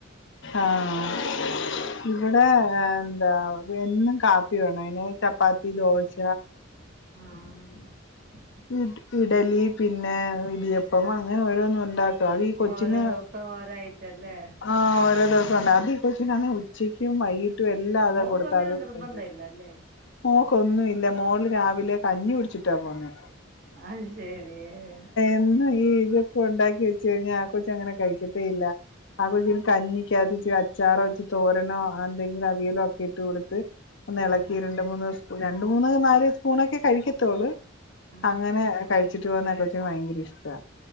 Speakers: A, on the left; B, on the right.
A: ആഹ ഇവിടെ എന്താ എന്നും കാപ്പി വേണം അയിന് ചപ്പാത്തി ദോശ
B: ആഹ
A: ഇഡ് ഇഡലി പിന്നെ ഇടിയപ്പം അങ്ങന ഓരോന്ന് ഉണ്ടാ അതി കൊച്ചിന്
B: ഓരോ ദിവസം ഓരോ ഐറ്റം അല്ലേ
A: ആഹ ഓരോ ദിവസോം ഉണ്ടാ അത് ഈ കൊച്ചിനാണെ ഉച്ചക്കും വൈകി ട്ടും എല്ലാം അതാ
B: മോൾക്ക്
A: കൊടുത്താത്
B: അങ്ങനെ നിർബന്ധമില്ല
A: പിന്ന
B: അല്ലേ
A: മോക്കൊന്നും ഇല്ല മോൾ രാവിലെ കഞ്ഞി കുടിച്ചിട്ടാ പോണെ
B: അഹശരിയേ
A: എന്നും ഈ ഇതൊക്കെ ഉണ്ടാക്കി വെച്ച് കഴിഞ്ഞാ ആ കൊച്ചങ്ങന കഴിക്കത്തേ ഇല്ല ആ കൊച്ച് കഞ്ഞിക്കാത്ത് ഇത്തിരി അ ച്ചാറോ ഇച്ചി തോരനോ ആ എന്തെങ്കിലും അവിയലോ ഒക്കെ ഇട്ട് കൊടുത്ത് ഒന്ന് എളക്കി
B: ആ
A: രണ്ട് മൂന്ന് ഒരണ്ട് മൂന്ന് നാല് സ്പൂണൊക്കെ കഴി ഴിക്കത്തോള്
B: ആ
A: അങ്ങനെ കഴിച്ചിട്ട് പോകുന്നെ ആ കൊച്ചിന് ഭയങ്കര ഇഷ്ടാ